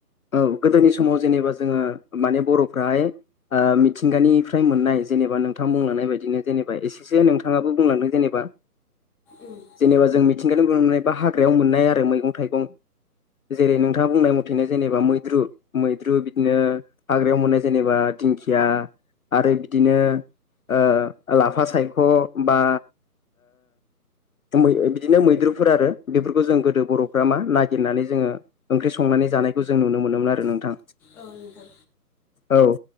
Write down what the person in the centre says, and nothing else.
उम
औ‌ नंगौ।